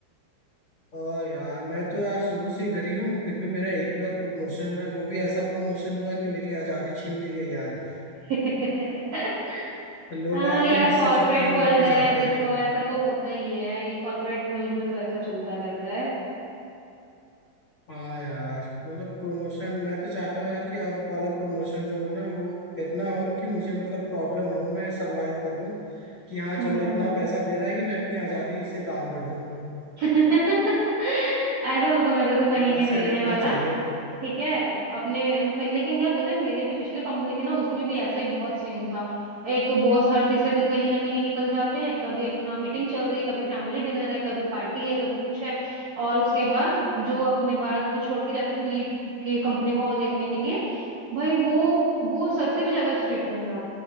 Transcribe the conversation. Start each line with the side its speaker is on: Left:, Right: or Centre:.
Left: और यार मैं तो यार शुरू से इधर ही हूँ फिर भी मेरा एक ही बार प्रमोशन हुआ है वो भी ऐसा प्रमोशन हुआ कि मेरी आज़ादी छीन ली गई यार
Right: <laughs>
Left: लोग
Right: हाँ
Left: आते
Right: यार
Left: हैं मुझसे
Right: कॉर्पोरेट
Left: छुट्टियां
Right: वर्ल्ड
Left: मांग के
Right: है
Left: जाते
Right: देखो
Left: हैं
Right: ऐसा तो होता ही है ये कॉर्पोरेट वर्ल्ड में तो ऐसा चलता रहता है
Left: हाँ यार मतलब प्रमोशन मैं तो चाहता हूँ यार कि अब वाला प्रमोशन जो हो ना वो इतना हो कि मुझे मतलब प्रॉब्लम ना हो मैं सरवाइव कर लूँ कि हाँ चलो
Right: हम्म
Left: इतना पैसा दे रहा है कि मैं अपनी आज़ादी इसे दान कर दूँ
Right: <laughs> ऐसा तो तुम्हें देखो कहीं
Left: बस
Right: नहीं मिलने
Left: यार इतना
Right: वाला
Left: चाहिए
Right: ठीक है अपने मे- लेकिन यार पता है मेरी जो पिछली कंपनी थी ना उसमें भी ऐसा ही बहुत सीन था एक तो बॉस हर तीसरे दिन कहीं ना कहीं निकल जाते हैं कभी अपना मीटिंग चल रही है कभी फैमिली डिनर है कभी पार्टी है कभी कुछ है और उसके बाद जो अपने बाद वो छोड़ के जाते थे लीड की कंपनी को देखने के लिए भाई वो वो सर से भी ज्यादा स्ट्रिक्ट बंदा